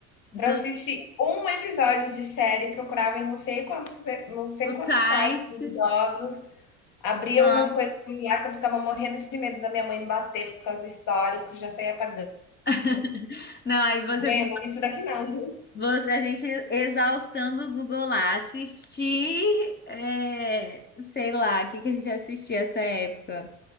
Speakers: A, on the left (about 45°); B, on the left (about 20°).
A: Pra
B: Todos
A: assistir um episódio de série, procurava em não sei quantos, não sei
B: os
A: quantos
B: sites.
A: sites duvidosos, abria
B: Nossa.
A: umas coisas lá que eu ficava morrendo de medo da minha mãe me bater por causa do histórico, já saía apagando
B: <laughs> Não, aí você
A: Mãe, eu não vi isso daqui não, viu?
B: Você- a gente exaustando o Google lá, assistir, é, sei lá, o que que a gente assistia essa época?